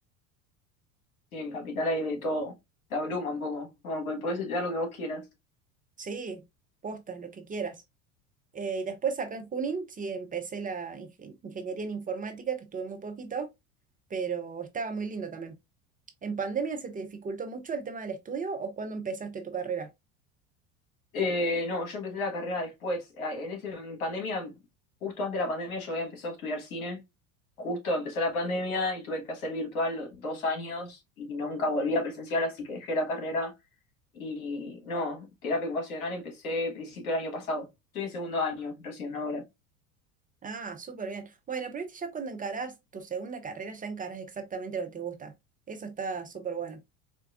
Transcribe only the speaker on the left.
sí, en Capital hay de todo, te abruma un poco, como que podés estudiar lo que vos quieras.
Eh, no, yo empecé la carrera después. Eh, En ese, en pandemia, justo antes de la pandemia, yo había empezado a estudiar cine. Justo empezó la pandemia y tuve que hacer virtual dos años y nunca volví a presencial, así que dejé la carrera. Y no, terapia ocupacional empecé principio del año pasado. Estoy en segundo año, recién ahora.